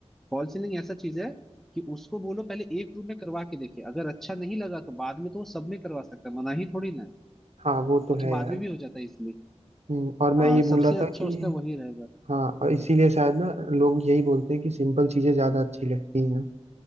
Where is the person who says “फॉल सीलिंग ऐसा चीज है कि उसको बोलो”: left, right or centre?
Centre